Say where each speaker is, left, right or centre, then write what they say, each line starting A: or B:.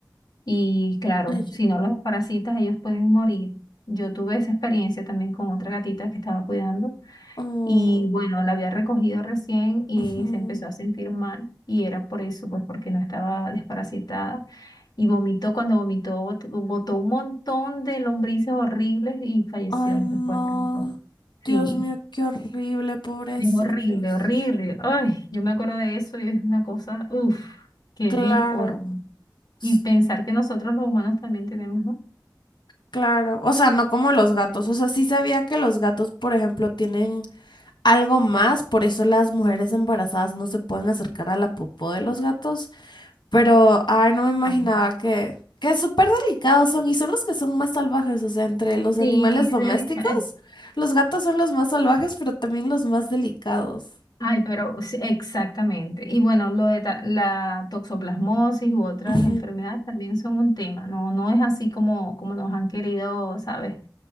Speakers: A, on the left; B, on the left.
A: Y claro,
B: Ay, ya.
A: si no los parasitas, ellos pueden morir. Yo tuve esa experiencia también con otra gatita que estaba cuidando
B: Oh,
A: y bueno, la había recogido recién y
B: ujú.
A: se empezó a sentir mal y era por eso, pues porque no estaba desparasitada y vomitó, cuando vomitó bot- botó un montón de lombrices horribles y falleció
B: Ay, no.
A: después de rato.
B: Dios
A: Sí,
B: mío, qué horrible, pobrecitos.
A: es horrible, horrible. Ay, yo me acuerdo de eso y es una cosa, uff, que
B: Claro,
A: vi horrible.
B: s-
A: Y pensar que nosotros los humanos también tenemos, ¿no?
B: claro. O sea, no como los gatos. O sea, sí sabía que los gatos, por ejemplo, tienen algo más, por eso las mujeres embarazadas no se pueden acercar a la popó de los gatos. Pero, ay, no me imaginaba
A: Ujú.
B: que, que súper delicados son y son los que son más salvajes. O sea, entre los
A: Sí,
B: animales domésticos,
A: es delicado.
B: los gatos son los más salvajes, pero también los más delicados.
A: Ay, pero sí, exactamente. Y bueno, lo de ta- la toxoplasmosis u otras
B: Ujú,
A: enfermedades también son un tema. No, no es así como, como nos han querido, ¿sabes?